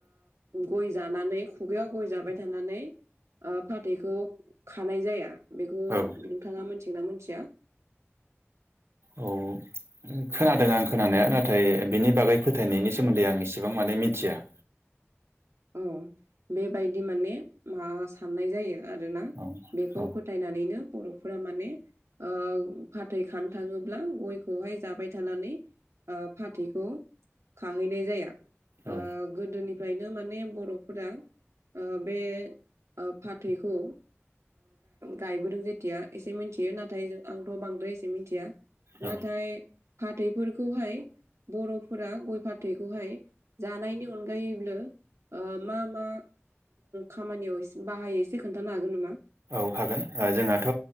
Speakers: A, on the right; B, on the right.
A: गय जानानै खुगायाव गय जाबाय थानानै ओ फाथैखौ खानाय जाया बेखौ
B: औ औ
A: नोंथाङा मिथिगोन ना मिथिया?
B: औ खोनादों आं खोनानाया नाथाय बिनि बागै फोथायनायनि सोमोन्दै आं इसेबां माने मिथिया।
A: औ बेबायदि माने माबा साननाय जायो आरोना
B: औ
A: बेखौ
B: औ
A: फो फोथायनानैनो बर'फोरा माने ओ फाथै खानो थाङोब्ला गयखौहाय जाबाय थानानै ओ फाथैखौ खाहैनाय जाया।
B: औ
A: ओ गोदोनिफ्रायनो माने बर'फोरा बे ओ फाथैखौ गायबोदों जेथिया एसे मिथियो नाथाय जों आंथ' बांद्राय एसे मिन्थिया।
B: औ
A: नाथाय फाथैफोरखौहाय बर'फोरा गय फाथैखौहाय जानायनि अनगायैबो मा मा खामानियाव बाहायो एसे खोन्थानो हागोन नामा?
B: औ हागोन जोंहाथ'